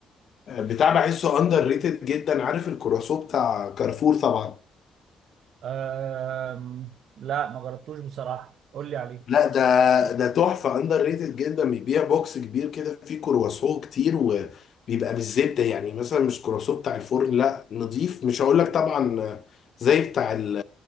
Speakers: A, on the left; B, on the right.
A: آه، بتاع بحسه اندر ريتد جدا عارف الكرواسون بتاع كارفور طبعا
B: أم... لا ما جربتوش بصراحة قول لي عليه
A: لا ده ده تحفة اندر ريتد جدا بيبيع بوكس كبير كده فيه كرواسون كتير وبيبقى بالزبدة يعني مثلا مش كرواسون بتاع الفرن لا نضيف مش هقول لك طبعا زي بتاع ال-